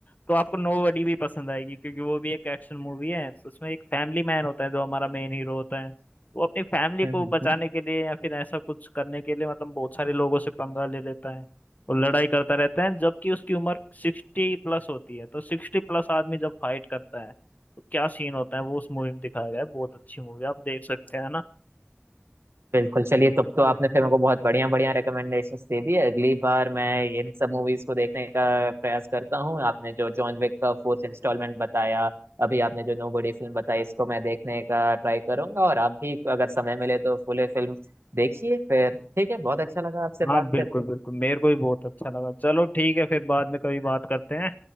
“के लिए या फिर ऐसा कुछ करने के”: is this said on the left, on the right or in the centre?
Left